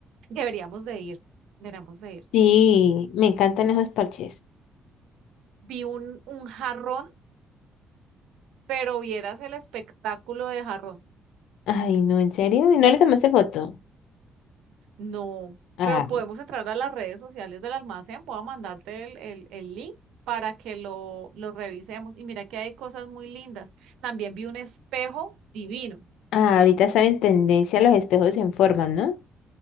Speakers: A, on the right; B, on the left.
A: deberíamos de ir, deberíamos de ir.
B: Sí, me encantan esos parches.
A: Vi un, un jarrón, pero vieras el espectáculo de jarrón.
B: Ay, no, ¿en serio? ¿Y no le tomaste foto?
A: No,
B: Ah,
A: pero podemos entrar a las redes sociales del almacén. Voy a mandarte el, el- el link para que lo, lo revisemos. Y mira que hay cosas muy lindas. También vi un espejo divino.
B: ah, ahorita están en tendencia los espejos en forma, ¿no?